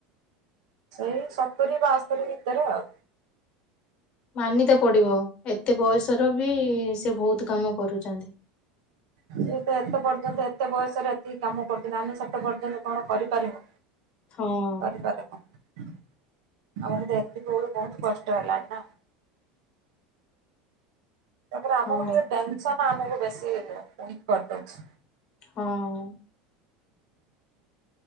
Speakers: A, on the right; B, on the left.
A: ସେଇ ସତୁରୀ ବାଅସ୍ତରୀ ଭିତରେ ଆଉ।
B: ମାନିତେ ପଡିବ ଏତେ ବୟସର ବି ସେ ବହୁତ କାମ କରୁଚନ୍ତି।
A: ସିଏ ତ ଏତେ ପର୍ଯ୍ୟନ୍ତ ଏତେ ବୟସ ରେ ଏତିକି କାମ କରୁଚନ୍ତି ଆମେ ସେତେ ପର୍ଯ୍ୟନ୍ତ କଣ କରି ପାରିବୁ?
B: ହଁ
A: କରି ପାରୁନୁ। ଆଉ ଆମକୁ ଏତିକି ବେଳୁ ବହୁତ କଷ୍ଟ ହେଲାଣି ନା। ତାପରେ ଆମକୁ
B: ହଁ
A: ଟିକେ ଟେନସନ ଆମକୁ ବେଶୀ ୱିକ୍ କରିଦଉଛି।
B: ହଁ।